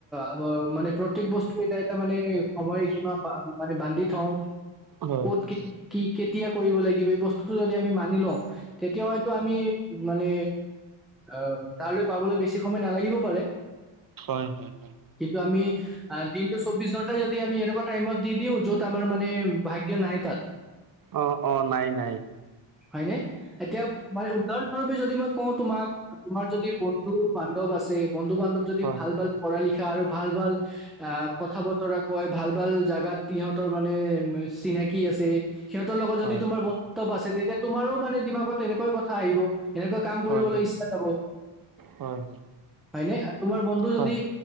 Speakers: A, in the centre; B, on the right.
A: আহ মানে প্ৰত্যেক বস্তু এটা মানে সময়সীমা মানে বান্ধি থওঁ।
B: হয়
A: ক'ত কি কেতিয়া কৰিব লাগিব এই বস্তুটো যদি আমি মানি লওঁ। তেতিয়া হয়তো আমি মানে অহ তালৈ পাবলৈ বেছি সময় নালাগিব পাৰে।
B: হয় হয় হয়
A: কিন্তু আমি দিনটো চৌব্বিশ ঘণ্টা যদি আমি এনেকুৱা টাইমত দি দিওঁ য'ত আমাৰ মানে ভাগ্য নাই তাত।
B: অ-অ নাই-নাই।
A: হয় নে এতিয়া মানে উদাহৰণ স্বৰূপে যদি মই কওঁ তোমাক তোমাৰ যদি বন্ধু বান্ধৱ আছে বন্ধু বান্ধৱ যদি
B: হয়
A: ভাল ভাল লিখা আৰু ভাল ভাল কথা বতৰা কয় ভাল ভাল জাগাত সিহঁতৰ মানে চিনাকি আছে সিহঁতৰ লগত
B: হয়
A: যদি তোমাৰ বন্ধুত্ব আছে তেতিয়া তোমাৰো মানে দিমাগত তেনেকুৱাই কথা আহিব এনেকুৱা কাম কৰিবলৈ
B: হয়
A: ইচ্ছা যাব।
B: হয় হয়
A: হয় নে তোমাৰ বন্ধু
B: হয়
A: যদি